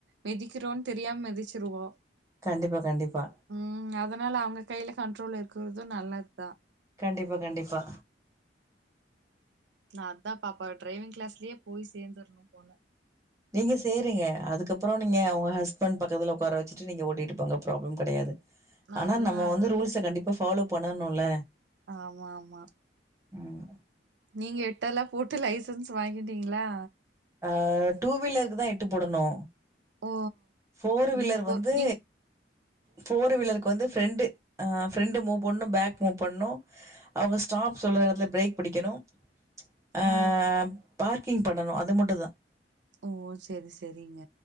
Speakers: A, on the right (about 75°); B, on the right (about 20°).
A: மெதிக்குறோன் தெரியாம மிதிச்சிருவோ
B: கண்டிப்பா கண்டிப்பா.
A: ம் அதனால அவுங்க கையில கண்ட்ரோல் இருக்கறது நல்லத் தா
B: கண்டிப்பா கண்டிப்பா
A: நா அத்தா பாப்பா டிரைவிங் க்ளாஸ்லயே போய் சேந்தர்ணு போல
B: நீங்க செய்றீங்க அதுக்கப்புறோ நீங்க உங்க ஹஸ்பண்ட் பக்கத்துல உக்கார வச்சிட்டு நீங்க ஓட்டிட்டு போங்க ப்ராப்ளம் கெடையாது
A: நா
B: ஆனா
A: அதுதா
B: நம்ம வந்து ரூல்ஸ கண்டிப்பா ஃபாலோ பண்ணணுல்ல
A: ஆமா ஆமா
B: ம்
A: நீங்க எட்டல்லா போட்டு லைசன்ஸ் வாங்கிட்டீங்ளா
B: ஆ டூ வீலருக்கு தா எட்டு போடணு
A: ஓ
B: ஃபோர்
A: நீங்க
B: வீலர்
A: ஃபோர்
B: வந்து
A: நீங்
B: ஃபோர் வீலருக்கு வந்து ஃப்ரெண்டு அ ஃப்ரெண்டு மூவ் பண்ணு பேக் மூவ் பண்ணு அவுங்க ஸ்டாப் சொல்ற எடத்துல பிரேக் பிடிக்கணு அ
A: ஓ
B: பார்க்கிங் பண்ணணு அது மட்டு தா
A: ஓ செரி செரிங்க